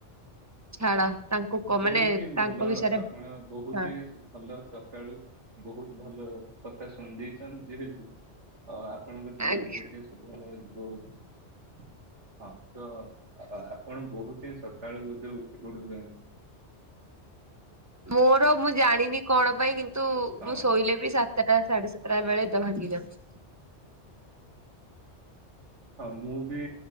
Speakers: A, on the right; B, on the right.
A: ଛାଡ। ତାଙ୍କୁ କ
B: ବହୁତ
A: ମାନେ
B: ହିଁ ଭଲ
A: ତାଙ୍କ ବିଷୟରେ
B: ଆପଣ ବହୁତ
A: ହଁ
B: ହିଁ ଭଲ ସକାଳୁ ବହୁତ ଭଲ କ କଥା ଶୁଣି ଦେଇଛନ୍ତି ଯେହେତୁ ଅ ଆପଣଙ୍କ ଦିନ
A: ଆଜ୍ଞା
B: ବହୁତ ହିଁ ଶୁଭ ମୟ ଯି ବହତ ହଁ ତ ଆପଣ ବହୁତ ହିଁ ସ କାଳୁ ବଜ ଉଠି ପଡୁଛନ୍ତି?
A: ମୋର ମୁଁ ଜାଣିନି କଣ ପାଇଁ କିନ୍ତୁ
B: ହଁ
A: ମୁଁ ଶୋଇଲେ ବି ସା ସାତଟା ସାଢେ ସାତଟା ବେଳେ ନିଦ ଭାଙ୍ଗି ଯାଉଛି।
B: ହଁ ମୁଁ ବି